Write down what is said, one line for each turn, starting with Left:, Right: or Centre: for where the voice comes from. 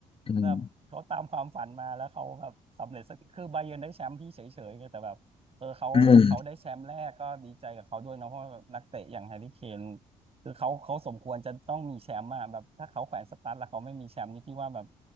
Left: อืม
Right: แบบเขาตามความฝันมาแล้วเขาแบบสำเร็จสักทีคือไบาเยิร์นได้แชมป์พี่เฉยๆไงแต่แบบเออเขาเขาได้แชมป์แรกก็ดีใจกับเขาด้วยเนาะเพราะว่านักเตะอย่างแฮร์รี่เคน
Left: อืม
Right: คือเขาเขาสมควรจะต้องมีแชมป์อะแบบถ้าเขาแขวนสตั๊ดแล้วเขาไม่มีแชมป์นี่พี่ว่าแบบ